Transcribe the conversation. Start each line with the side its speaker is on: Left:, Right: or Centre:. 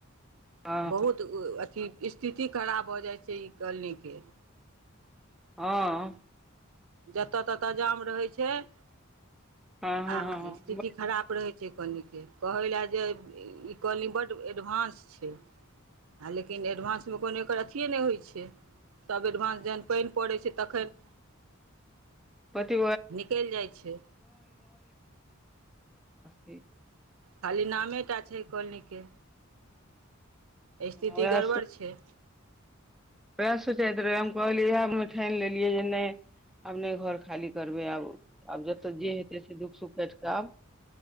Centre: हँ
Right: बहुत अथि स्थिति खराब भऽ जाइ छैय ई कॉलनीके।
Centre: हँ
Right: जतय ततऽ जाम रहै छैय
Centre: हँ हँ
Right: आ स्थिति खराब रहै छैय से कनीके कहै लाए जे ई कॉलनी बड्ड एडवान्स छैय आ लेकिन एडवान्समे कोनो एकर अथिए नहि होइ छै सभ एडवान्स जखन पानि पड़ै छै तखन
Centre: पति
Right: निकलि जाइ छै
Centre: <unintelligible>
Right: खाली नामेटा छैय इ कॉलनीके स्थिति
Centre: उएह
Right: गड़बड़ छैय
Centre: प्रियीशु जात रहैय हम कहलियै इएह ठानि लेलियै जैप नैय आब नैय घर खाली करबै आब आब जतऽ जे हेतै से दुःख सुख काटि कऽ आब।